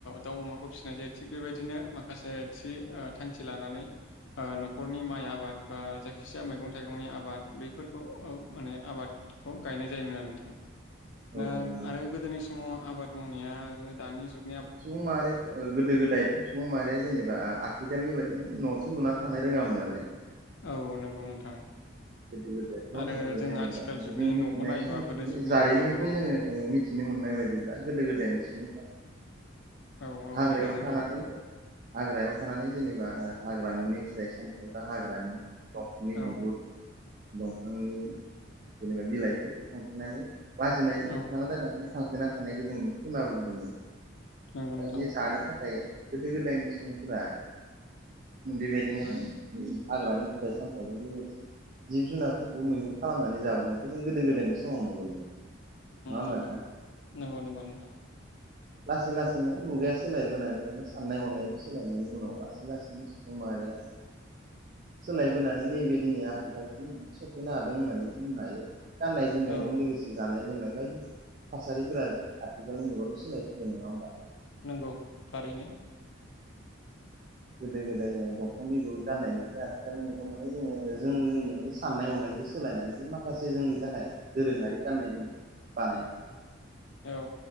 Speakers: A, on the left (about 65°); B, on the right (about 40°).
A: दाउ अमाखौ फिसिनाय जायो थिग बेबायदिनो माखासे थांखि लानानै न'खरनि माइ आबाद बा जाय खिजाया मैगं थाइगंनि आबाद बेफोरखौ माने आबादखौ गायनाय जायोमोन आरो नोंथां।
B: औ
A: दा
B: औ नंगौ
A: आरो गोदोनि समाव आबाद मावनायाबो दानि जुग
B: सुबुं माहारियाथ' गोदो गोदायथ' सुबुं माहारिया जेनेबा आथिखालनि बायदि माने नर्थ बेु लुनानै थानो रोङामोन नालाय।
A: औ नंगौ नोंथां।
B: गोदो गोदायथ'
A: आरो जों
B: जेनेबा
A: आथिखाल जुगनि
B: जों मिथिनाय
A: न'खौ नायोबा
B: समनि
A: गोदो
B: माने
A: जुगनि
B: जारिमिननिफ्राय
A: न'आ गोबां
B: जोङो मिथि बिनो मोननाय बायदिब्ला गोदो गोदायनि सुबुंफ्रा
A: <inaudible> औ औ
B: हाग्रायाव
A: बुंदो नोंथां
B: थानानै हाग्रायाव थानानै जेनेबा ओ हाग्रानि फिथाइ सामथायाइ बा हाग्रानि दखरनि
A: औ
B: बिगुर दंफांनि जेनेबा बिलाइफोरखौ फांफिनानै लाजिनायखौ
A: औ
B: होबथानो थाखाय माने फां थेना साननायखौ जों खोनाबोदोंमोन
A: नंगौ
B: आरो
A: नोंथां
B: नै जानो थाखाय गोदो गोदायनि सुबुंफोरा बेबायदिनो हाग्रानि फिथाइ सामथायाइजों लोगोसे जिब जुनारफोरखौ मैहुर खालामनानै जाबोनायखौ जों गोदो गोदायनि समाव मोनबोदों नङा होमबा
A: नंगौ
B: नोंथां
A: नंगौ नंगौ नोंथां
B: लासै लासै माने मुगाया सोलायबोनानै माने साननाय हनायाबो सोलायनायनि उनाव लासै लासैनो सुबुं माहारिया सोलायबोनानै नैबे दिनैया सफैनो हादों होननानै बुंनो हायो गाननाय जोमनायजों
A: औ
B: लोगोसे जानाय लोंनाय बेबायदि थासारिफोरा आथिखालनि मुगायावथ' सोलायफैबाय नङा होमबा
A: नंगौ थारैनो
B: गोदो गोदाय दंफां बिगुर गाननायनायनिफ्राय आथिखालनि मुगायाव माने जोङो जों जोंनि माने साननाय हनाय सोलायनानै जों माखासे जोंनि थाखाय दोरोङारि गाननाय जोम बानायनाय
A: औ